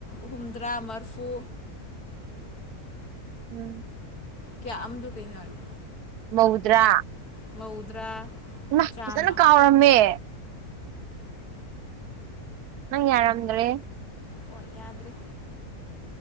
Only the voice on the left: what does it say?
ꯍꯨꯝꯗ꯭ꯔꯥ ꯃꯔꯐꯨ
ꯀꯌꯥ ꯑꯗꯨ ꯀꯩꯅꯅꯤ
ꯃꯧꯗ꯭ꯔꯥ
ꯆꯥꯝꯃ
ꯍꯣꯏ ꯌꯥꯗ꯭ꯔꯔꯤ